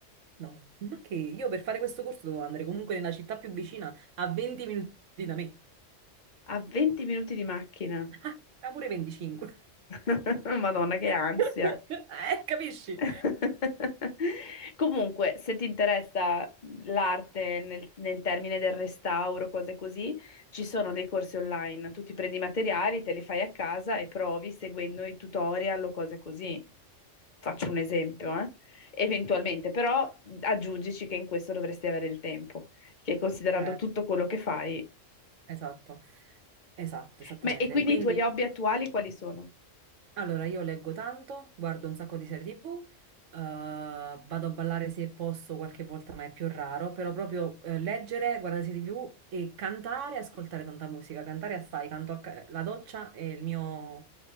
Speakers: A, on the right; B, on the left.
A: no, ma che io per fare questo corso dovevo andare comunque nella città più vicina a 20 minuti da me,
B: a 20 minuti di macchina.
A: ah, ma pure 25.
B: <laughs> Madonna, che ansia.
A: <laughs> Eh, capisci?
B: <laughs> Comunque, se ti interessa l'arte nel, nel termine del restauro, cose così, ci sono dei corsi online. Tu ti prendi i materiali, te li fai a casa e provi seguendo i tutorial o cose così. faccio un esempio, eh, Eventualmente, però aggiungici che in questo dovresti avere il tempo, che considerando
A: Eh,
B: tutto quello che fai.
A: esatto, esatto, esattamente.
B: Ma, e quindi
A: Quindi,
B: i tuoi hobby attuali quali sono?
A: Allora, io leggo tanto, guardo un sacco di serie TV, eh, vado a ballare se posso qualche volta, ma è più raro, però proprio eh, leggere, guardare serie TV e cantare, ascoltare tanta musica. Cantare assai, canto a ca- la doccia e il mio